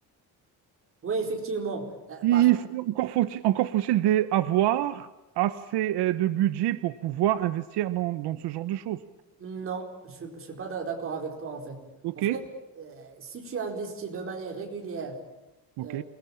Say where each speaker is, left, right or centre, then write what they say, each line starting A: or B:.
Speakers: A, on the right; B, on the right.
A: Oui, effectivement. Euh,
B: Il
A: parce
B: faut- encore faut-il, encore faut-il des- avoir assez euh, de budget pour pouvoir investir dans, dans ce genre de choses.
A: Non, je ne suis pas d'a- d'accord avec toi en fait.
B: OK?
A: En fait, euh, si tu investis de manière régulière,
B: OK,
A: euh,